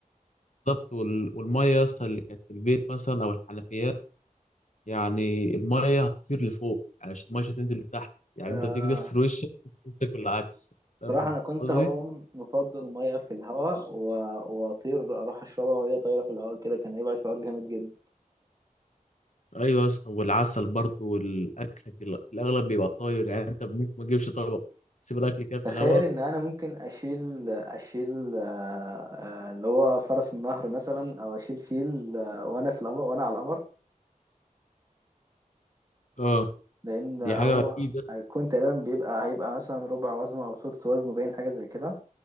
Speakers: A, on the left (about 60°); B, on the right (about 25°).
A: بالظبط وال... والميه يا اسطى اللي كانت في البيت مثلا او الحنفيات يعني الميه هتطير لفوق يعني مش الميه مش هتنزل لتحت يعني
B: آه،
A: انت بتيجي تغسل وشك وشك بالعكس
B: صراحة
A: فاهم
B: أنا كنت
A: قصدي
B: هقوم مفضل مية في الهواء و- وأطير أروح أشربها وهي طايرة في الهواء كده كان هيبقى شعور جامد
A: ايوه يا اسطى والعسل برضه والاكل في ال- في الاغلب بيبقى طاير يعني انت ممكن ما تجيبش طبق تسيب الاكل كده في
B: تخيل
A: الهواء
B: ان انا ممكن اشيل اشيل آه، آه، اللي هو فرس النهر مثلا او اشيل فيل آه، وانا في القمر وانا على القمر
A: اه
B: لان
A: دي
B: هو
A: حاجة أكيد
B: هيكون تقريبا بيبقى هيبقى مثلا ربع وزنه او سدس وزنه باين حاجه زي كده